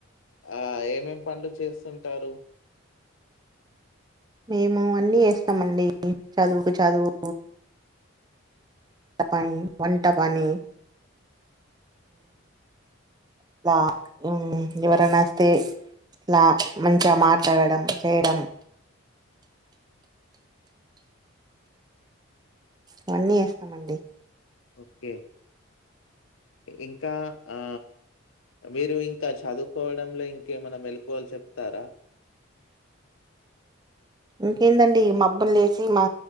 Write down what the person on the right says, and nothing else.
మేము అన్నీ చేస్తామండి చదువుకు చదువు ఇంటి పని వంట పని ఇలా ఎవరైనా వస్తే ఇలా మంచిగా మాట్లాడడం చేయడం అవన్నీ చేస్తామండి
ఇంకేందండి మబ్బులు లేసి మా